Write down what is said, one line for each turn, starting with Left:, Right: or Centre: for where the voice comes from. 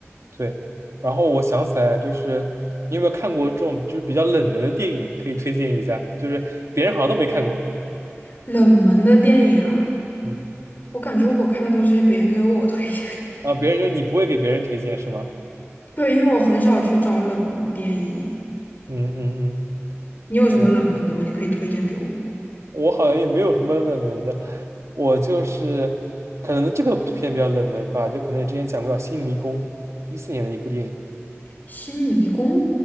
Right: 对，然后我想起来啊，就是你有没有看过这种就是比较冷门的电影，可以推荐一下，就是别人好像都没看过，
Left: 冷门的电影啊。
Right: 嗯，
Left: 我感觉我看的都是别人给我推荐的，
Right: 然后别人就是你不会给别人推荐是吗？
Left: <laughs> 对，因为我很少去找冷门电影。
Right: 嗯嗯
Left: 你有什么冷门的吗？
Right: 嗯嗯，
Left: 你可以推荐给我吗？
Right: 我好像也没有什么冷门的，我就是可能这个片比较冷门吧，就可能也之前讲过叫《新迷宫》，一四年的一部电影。
Left: 《新迷宫》，